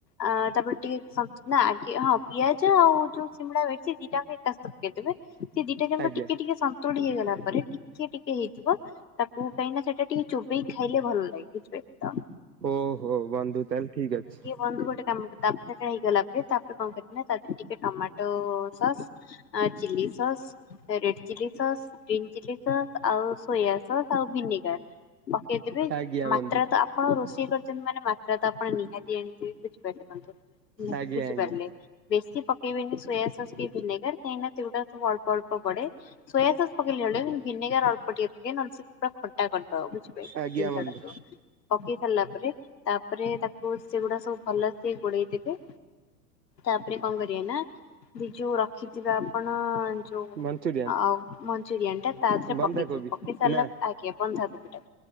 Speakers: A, on the left; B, on the right.
A: ଆ ତାପରେ ଟିକିଏ ନା ଆଗେ ହଁ ପିଆଜ ଆଉ ଯୋଉ ସିମିଳା ମିର୍ଚି ଦି ଟାଙ୍କ ଏକା ସହିତ ପକେଇ ଦେବେ ସେ ଦିଟା ଯାଙ୍କ
B: ଆଜ୍ଞା
A: ଟିକେ ଟିକେ ସନ୍ତୁଳି ହେଇଗଲା ପରେ ଟିକେ ଟିକେ ହେଇଥିବ ତାକୁ କାଇଁନା ସେଇଟା ଟିକେ ଚୋବେଇ ଖାଇଲେ ଭଲଲାଗେ ବୁଝିପାଇଲେତ।
B: ଓହୋ ବନ୍ଧୁ ତାହେଲେ ଠିକ ଅଛି।
A: ବନ୍ଧୁ ଗୋଟେ ତାପରେ ହେଇଗଲା ପରେ ତାପରେ କଣ କରିବ ନା ତା ଦେହରେ ଟିକେ ଟମାଟୋ ସସ ଆ chilli sauce red chilli sauce green chilli sauce ଆଉ ସୋୟା ସସ୍ ଆଉ ଭିନେଗାର ପକେଇ ଦେବେ
B: ଆଜ୍ଞା
A: ମାତ୍ରା
B: ବନ୍ଧୁ
A: ତ ଆପଣ ରୋଷେଇ କରିଛନ୍ତି ମାନେ ମାତ୍ରା ତ ଆପଣ ନିହାତି ଜାଣିଥିବେ ବୁଝିପାରୁଚନ୍ତି
B: ଆଜ୍ଞା
A: ବୁଝିପାରିଲେ
B: ଆଜ୍ଞା
A: ବେଶୀ ପକେଇବେନି ସୋୟା ସସ୍ କି ଭିନେଗାର କାଇଁ ନା ସେଗୁଡା ସବୁ ଅଳ୍ପ ଅଳ୍ପ ଅଳ୍ପ ପଡେ ସୋୟା ସସ୍ ପକେଇଲା ବେଳେ ଭିନେଗାର ଅଳ୍ପ ଟିକିଏ ପକେଇବେ ନ ହେଲେ ସେ ପୁରା ଖଟା ଖଟା କରିଦେବ ବୁଝିପାଇଲେ
B: ଆଜ୍ଞା
A: ‌ଜିନିଷ
B: ବନ୍ଧୁ
A: ଟାକୁ ପକେଇ ସାରିଲା ପରେ ତାପରେ ତାକୁ ସେଗୁଡା ସବୁ ଭଲ ସେ ଗୋଳେଇ ଦେବେ ତାପରେ କଣ କରିବାନା ଦ ଯୋଉ ରଖିଥିବା ଆପଣ ଯୋଉ
B: ମଞ୍ଚୁରିଆନ୍
A: ଆଉ ମଞ୍ଚୁରିଆନ ଟା ତା ଥିରେ
B: ବନ୍ଧାକୋବି
A: ପକେଇବେ ପକେଇସାରିଲା
B: ନା
A: ପରେ ଆଜ୍ଞା ବନ୍ଧାକୋବି ଟା